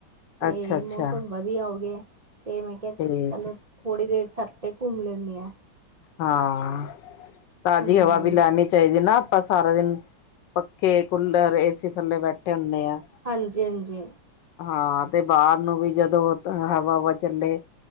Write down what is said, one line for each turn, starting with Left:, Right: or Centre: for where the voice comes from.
Right: ਤੇ
Left: ਅੱਛਾ-ਅੱਛਾ
Right: ਮੌਸਮ ਵੱ ਧੀਆ ਹੋ ਗਿਆ ਤੇ ਮੈਂ ਕਿਆ ਚਲੋ
Left: ਠੀਕ
Right: ਥੋੜ੍ਹੀ ਦੇਰ ਛੱਤ ਤੇ ਘੁੰਮ ਲੈਂਨੀ ਐ।
Left: ਹਾਂ ਤਾਜ਼ੀ
Right: ਹਾਂਜੀ
Left: ਹਵਾ ਵੀ ਲੈਣੀ ਚਾਈਦੀ ਨਾ ਆਪਾਂ ਸਾਰਾ ਦਿਨ ਪੱਖੇ, ਕੂਲਰ, ਏਸੀ ਥੱਲੇ ਬੈਠੇ ਹੁੰਨੇ ਆ।
Right: ਹਾਂਜੀ-ਹਾਂਜੀ
Left: ਹਾਂ ਤੇ ਬਾਰ ਨੂੰ ਵੀ ਜਦੋਂ ਹਵਾ ਹੁਵਾ ਚੱਲੇ